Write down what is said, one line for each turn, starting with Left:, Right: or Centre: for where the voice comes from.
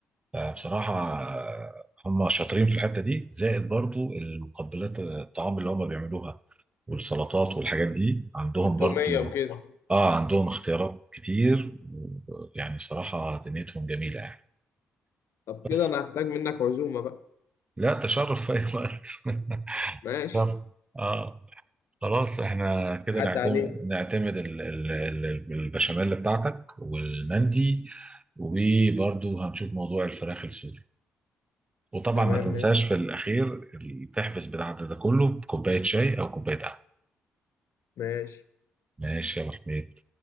Right: فبصراحه آه، هم شاطرين في الحته دي زائد برضو المقبلات الطعام اللي هم بيعملوها والسلطات والحاجات دي عندهم
Left: والتوميه
Right: برضو
Left: وكده
Right: اه عندهم اختيارات كتير و- يعني بصراحه دنيتهم جميله يعني
Left: طب
Right: بس
Left: كده انا هحتاج منك عزومه بقى
Right: لا تشرف <laughs> في اي وقت <laughs>
Left: ماشي
Right: تشرف اه خلاص احنا كده
Left: عدى
Right: نعتمد
Left: عليك
Right: نعتمد ال- ال- ال- البشاميل بتاعتك والمندي وبرضه هنشوف موضوع الفراخ السوري وطبعا
Left: تمام
Right: ما تنساش
Left: ماشي
Right: في الاخير تحبس بتاع ده كله بكوبايه شاي او كوبايه قهوه
Left: ماشي
Right: ماشي يا ابو حميد